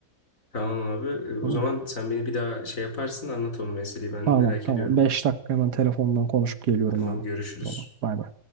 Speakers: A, on the left; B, on the right.
A: Tamam abi. E, O
B: Tamam.
A: zaman sen beni bir daha şey yaparsın anlat onu meseleyi ben
B: Tamam
A: merak
B: tamam.
A: ediyorum.
B: beş dakika hemen telefondan konuşup geliyorum
A: Tamam
B: abi.
A: görüşürüz.
B: Tamam. Bay bay.